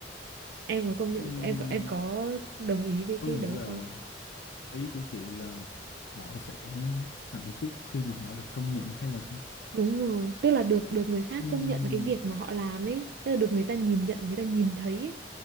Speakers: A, on the right; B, on the left.
A: em có công nhận
B: ừ.
A: em có em có đồng ý với
B: có
A: cái
B: nghĩa
A: đấy
B: là
A: không
B: ý của chị là họ sẽ hạnh phúc khi mà họ được công nhận hay là sao
A: Đúng rồi, tức là được được người khác
B: ừ,
A: công nhận cái việc mà họ làm ấy, tức là được người ta nhìn nhận, người ta nhìn thấy ấy.